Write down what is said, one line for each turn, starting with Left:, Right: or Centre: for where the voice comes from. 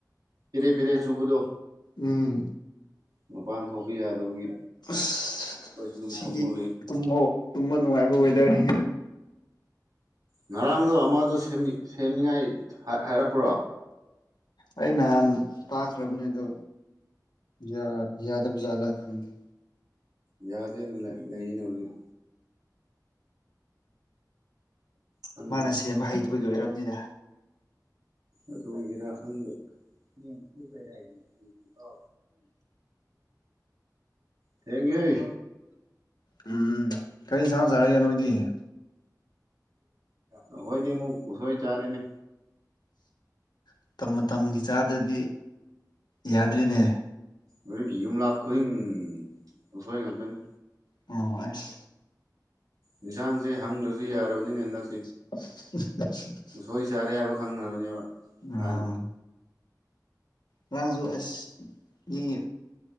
Right: ꯄꯦꯔꯦ ꯄꯦꯔꯦ ꯆꯨꯕꯗꯣ
Left: ꯎꯝ
Right: ꯃꯄꯥꯟ ꯊꯣꯛꯄ ꯌꯥꯗꯕꯒꯤ
Left: ꯑꯁ
Right: ꯑꯩꯈꯣꯏꯁꯨ ꯑꯗꯨꯝ
Left: ꯁꯤꯗꯤ
Right: ꯐꯝꯃ ꯂꯩ
Left: ꯇꯨꯝꯕ ꯇꯨꯝꯕ ꯅꯨꯡꯉꯥꯏꯕ ꯋꯦꯗꯔꯅꯤ
Right: ꯉꯔꯥꯡꯗꯣ ꯑꯃꯗꯣ ꯁꯦꯝꯕꯤ ꯁꯦꯝꯅꯤꯡꯉꯥꯏ ꯍꯥꯏꯔꯛꯄ꯭ꯔꯣ
Left: ꯑꯩ ꯅꯍꯥꯟ ꯇꯥꯛꯈ꯭ꯔꯕꯅꯤ ꯑꯗꯣ ꯌꯥ ꯌꯥꯗꯕꯖꯥꯠꯂꯥ ꯈꯪꯗꯦ
Right: ꯌꯥꯗꯦꯅ ꯂꯩꯅꯤꯅ ꯍꯧꯖꯤꯛ ꯈꯪꯗꯦ
Left: ꯃꯥꯅ ꯁꯦꯝꯕ ꯍꯩꯇꯕꯒꯤ ꯑꯣꯏꯔꯝꯅꯤꯗ
Right: ꯑꯗꯨꯒꯤꯔꯥ ꯈꯪꯗꯦ ꯑꯁ ꯊꯦꯡꯉꯦ ꯍꯦ
Left: ꯎꯝ ꯀꯔꯤ ꯏꯟꯁꯥꯡ ꯆꯥꯔꯒꯦ ꯅꯣꯏꯗꯤ
Right: ꯑꯩꯈꯣꯏꯗꯤ ꯑꯃꯨꯛ ꯎꯁꯣꯏ ꯆꯥꯔꯦꯅꯦ
Left: ꯃꯇꯝ ꯃꯇꯝꯒꯤ ꯆꯥꯗ꯭ꯔꯗꯤ ꯌꯥꯗ꯭ꯔꯤꯅꯦ
Right: ꯑꯗꯨꯒꯤ ꯌꯨꯝꯂꯛ ꯈꯨꯗꯤꯡ ꯑꯁꯣꯏ ꯉꯥꯛꯇꯅꯤ
Left: ꯑꯣ ꯑꯁ
Right: ꯌꯦꯟꯁꯥꯡꯖꯦ ꯍꯪꯗ꯭ꯔꯁꯨ ꯌꯥꯔꯕꯅꯤꯅꯦ ꯍꯟꯗꯛꯁꯤ
Left: <unintelligible>
Right: ꯎꯁꯣꯏ ꯆꯥꯔꯦ ꯍꯥꯏꯕ ꯈꯪꯉꯕꯅꯦꯕ
Left: ꯑꯝ
Right: ꯍꯥꯟꯅ
Left: ꯅꯪꯖꯨ ꯑꯁ ꯃꯤ